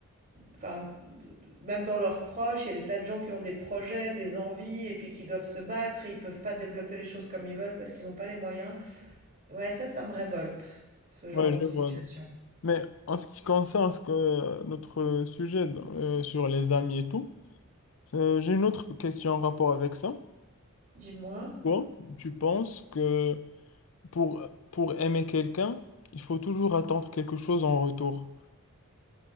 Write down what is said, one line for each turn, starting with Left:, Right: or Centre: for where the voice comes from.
Right: enfin, même dans leurs proches, il y a des tas de gens qui ont des projets, des envies, et puis qui doivent se battre et ils peuvent pas développer les choses comme ils veulent parce qu'ils n'ont pas les moyens. Ouais, ça, ça me révolte, ce genre
Left: Ouais,
Right: de
Left: je vois.
Right: situation.
Left: Mais en ce qui concerne ce que, notre sujet euh, sur les amis et tout, euh, j'ai une autre question en rapport avec ça.
Right: Dis-moi.
Left: Toi, tu penses que pour, pour aimer quelqu'un, il faut toujours attendre quelque chose en retour?